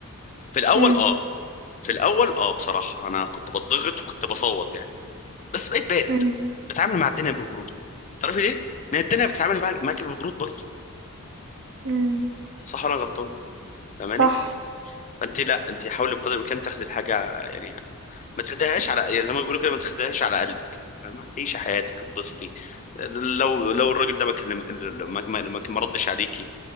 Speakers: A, on the left; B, on the right.
A: في الأول
B: إمم،
A: أه في الأول أه بصراحة أنا كنت بتضغط وكنت بصوت يعني بس بقيت بارد
B: إمم،
A: بتعامل مع الدنيا ببرود تعرفي ليه؟ لأن الدنيا بتتعامل معاك معاك ببرود برضه
B: إمم،
A: صح ولا أنا غلطان؟ فاهماني؟
B: صح،
A: فأنت لا أنت حاولي بقدر الإمكان تاخدي الحاجة يعني ما تاخدهاش على يا زي ما بيقولوا كده ما تاخدهاش على قلبك فاهمة عيشي حياتك اتبسطي لو لو الراجل ده ما كلم ما ما ما- ما ردش عليكي